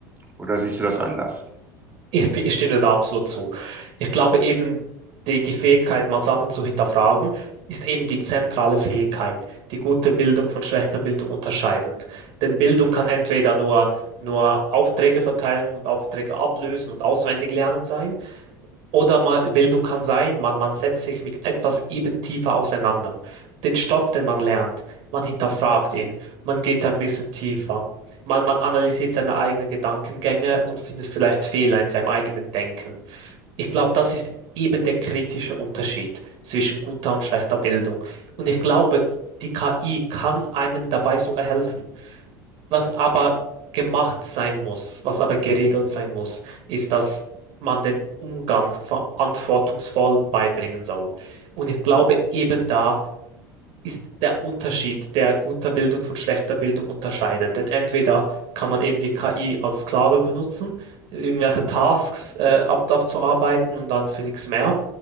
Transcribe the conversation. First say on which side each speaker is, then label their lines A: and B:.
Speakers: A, on the right; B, on the right.
A: Oder siehst du das anders?
B: Ich, ich stimme dir da absolut zu. Ich glaube eben, die, die Fähigkeit, mal Sachen zu hinterfragen, ist eben die zentrale Fähigkeit, die gute Bildung von schlechter Bildung unterscheidet. Denn Bildung kann entweder nur, nur Aufträge verteilen und Aufträge ablösen und auswendig lernen sein. Oder man, Bildung kann sein, man, man setzt sich mit etwas eben tiefer auseinander. Den Stoff, den man lernt, man hinterfragt ihn, man geht ein bisschen tiefer. Man, man analysiert seine eigenen Gedankengänge und findet vielleicht Fehler in seinem eigenen Denken. Ich glaube, das ist eben der kritische Unterschied zwischen guter und schlechter Bildung. Und ich glaube, die KI kann einem dabei sogar helfen. Was aber gemacht sein muss, was aber geregelt sein muss, ist, dass man den Umgang verantwortungsvoll beibringen soll. Und ich glaube, eben da ist der Unterschied, der guter Bildung von schlechter Bildung unterscheidet. Denn entweder kann man eben die KI als Sklave benutzen, irgendwelche Tasks äh, ab abzuarbeiten und dann für nichts mehr.